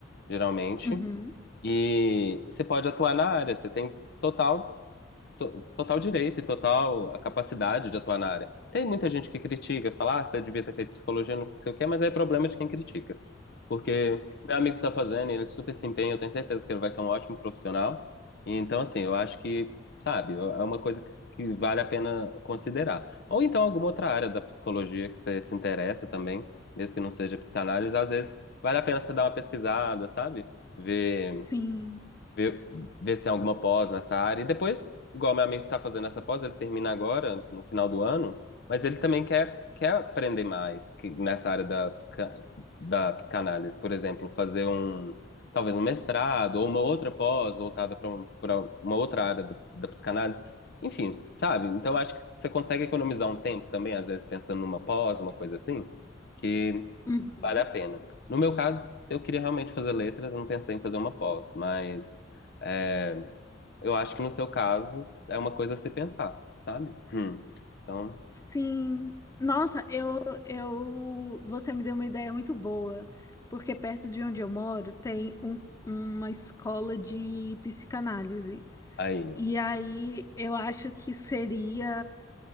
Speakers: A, on the left; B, on the left.
A: geralmente,
B: Uhum.
A: e você pode atuar na área, você tem total, to- total direito e total a capacidade de atuar na área. Tem muita gente que critica, fala, ah, você devia ter feito psicologia, não sei o quê, mas aí é problema de quem critica. Porque meu amigo tá fazendo, e ele super se empenha, eu tenho certeza que ele vai ser um ótimo profissional. E então, assim, eu acho que, sabe, é uma coisa que que vale a pena considerar. Ou então alguma outra área da psicologia que você se interessa também, mesmo que não seja psicanálise, às vezes vale a pena você dar uma pesquisada, sabe? Ver
B: Sim.
A: Ver, ver se tem alguma pós nessa área. E depois, igual meu amigo tá fazendo essa pós, ele termina agora, no final do ano, mas ele também quer, quer aprender mais que, nessa área da, psica- da psicanálise. Por exemplo, fazer um, talvez um mestrado ou uma outra pós voltada para um, para uma outra área da, da psicanálise. Enfim, sabe? Então acho que você consegue economizar um tempo também, às vezes pensando numa pós, uma coisa assim, que
B: Uhum.
A: Vale a pena. No meu caso, eu queria realmente fazer letras, eu não pensei em fazer uma pós, mas é, eu acho que no seu caso é uma coisa a se pensar, sabe? Hum. Então,
B: Sim. Nossa, eu, eu, você me deu uma ideia muito boa, porque perto de onde eu moro tem um- uma escola de psicanálise.
A: aí.
B: E aí eu acho que seria